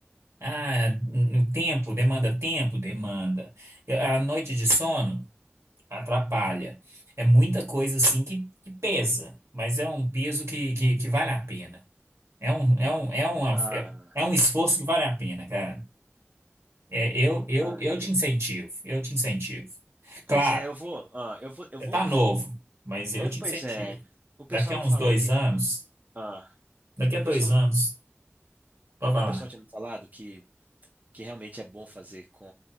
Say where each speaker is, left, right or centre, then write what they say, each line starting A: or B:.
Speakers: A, on the right; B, on the right.
A: Ah, no tempo, demanda tempo, demanda. A noite de sono atrapalha. É muita coisa assim que, que pesa, mas é um peso que, que, que vale a pena. É um, é um, é uma,
B: ah,
A: é é um esforço que vale a pena, cara. É, eu, eu,
B: ah,
A: eu
B: entendi.
A: te incentivo, eu te incentivo.
B: Pois
A: Claro,
B: é, eu vou, ah, eu vou, eu
A: você
B: vou,
A: tá novo, mas eu
B: eu,
A: te
B: pois
A: incentivo.
B: é, o pessoal
A: Daqui a
B: me
A: uns
B: falou
A: dois
B: que,
A: anos,
B: ah,
A: daqui
B: o
A: a
B: pessoal,
A: dois anos,
B: me-
A: pode
B: porque
A: falar.
B: o pessoal tinha me falado que, que realmente é bom fazer com,